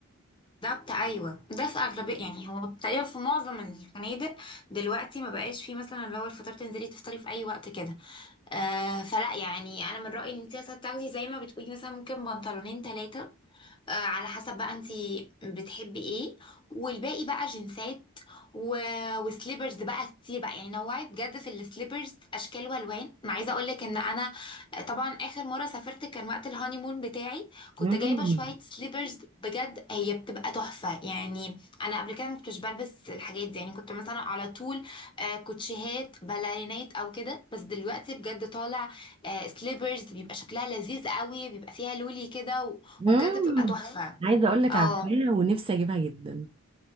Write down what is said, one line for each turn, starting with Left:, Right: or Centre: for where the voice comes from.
Left: بالظبط ايوه ده في اغلبيه يعني هو تقريبا في معظم الفنادق دلوقتي ما بقاش فيه مثلا اللي هو الفطار تنزلي تفطري في اي وقت كده آه فلا يعني انا من رايي ان انت مثلا تاخدي زي ما بتقولي مثلا ممكن بنطلونين ثلاثه آه، على حسب بقى انتي بتحبي ايه والباقي بقى جنسات و... وسليبرز بقى كتير بقى يعني نوعي بجد في السليبرز اشكال والوان ما عايزه اقول لك ان انا آه، طبعا اخر مره سافرت كان وقت الهانيمون بتاعي كنت
Right: امم
Left: جايبه شويه سليبرز بجد هي بتبقى تحفه يعني انا قبل كده ما كنتش بلبس الحاجات دي يعني كنت مثلا على طول آه، كوتشيهات باليرينات او كده بس دلوقتي بجد طالع آه، سليبرز بيبقى شكلها لذيذ قوي بيبقى فيها لولي كده
Right: امم
Left: وبجد بتبقى فاهمة تحفة
Right: عايزه اقول لك
Left: اه
Right: عارفاها ونفسي اجيبها جدا